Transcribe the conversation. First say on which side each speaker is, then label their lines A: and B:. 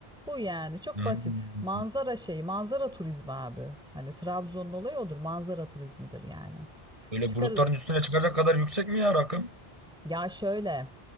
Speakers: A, in the centre; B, on the right.
A: Bu yani çok
B: Hmm.
A: basit. Manzara şeyi, manzara turizmi abi. Hani Trabzon'un olayı odur. Manzara turizmidir yani.
B: Öyle
A: Çıkarırız.
B: bulutların üstüne çıkacak kadar yüksek mi ya rakım?
A: Ya şöyle,